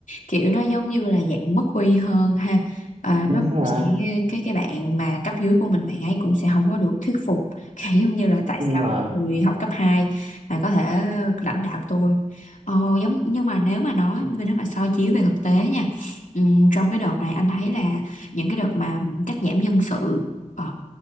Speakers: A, on the left; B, on the right.
A: kiểu nó giống như là dạng mất uy hơn ha à,
B: đúng
A: nó
B: rồi
A: cũng sẽ cái cái bạn mà cấp dưới của mình bạn ấy cũng sẽ không có được thuyết phục <laughs> kiểu giống như là tại
B: đúng
A: sao
B: rồi
A: mấy người học cấp 2 mà có thể lãnh đạo tôi ờ, giống nhưng mà nếu mà nói nếu mà soi chiếu về thực tế nha ừm, trong cái đợt này anh thấy là những cái đợt mà cắt giảm nhân sự ở